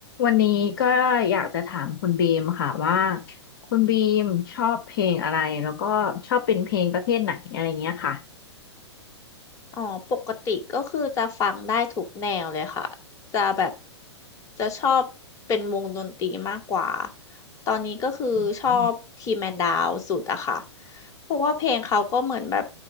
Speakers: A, on the left; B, on the left.
A: วันนี้ก็อยากจะถามคุณบีมค่ะว่าคุณบีมชอบเพลงอะไรแล้วก็ชอบเป็นเพลงประเภทไหนอะไรเงี้ยค่ะ
B: อ๋อปกติก็คือจะฟังได้ทุกแนวเลยค่ะจะแบบจะชอบเป็นวงดนตรีมากกว่าตอนนี้ก็คือชอบทีแมนดาวสุดอะค่ะ
A: <laughs>
B: เพราะว่าเพลงเขาก็เหมือนแบบ